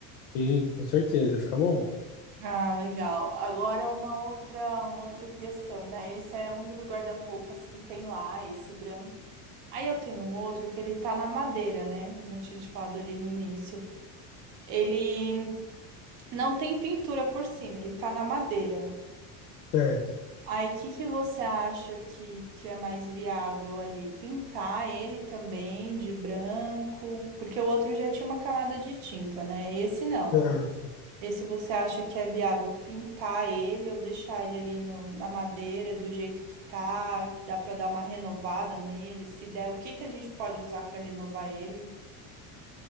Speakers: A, on the left; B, on the right.
A: Sim, com certeza, fica bom.
B: Ah, legal. Agora uma outra, uma outra questão, né? Esse era um dos guarda-roupas que tem lá, esse branco. Aí eu tenho um outro que ele tá na madeira, né? Como eu tinha te falado ali no início. Ele Não tem pintura por cima, ele tá na madeira.
A: Certo,
B: Aí, o que que você acha que, que é mais viável ali? Pintar ele também de branco? Porque o outro já tinha uma camada de tinta, né? Esse não.
A: certo.
B: Esse você acha que é viável pintar ele ou deixar ele ali no- na madeira do jeito que tá? Dá pra dar uma renovada nele? Se der, o que que a gente pode usar pra renovar ele?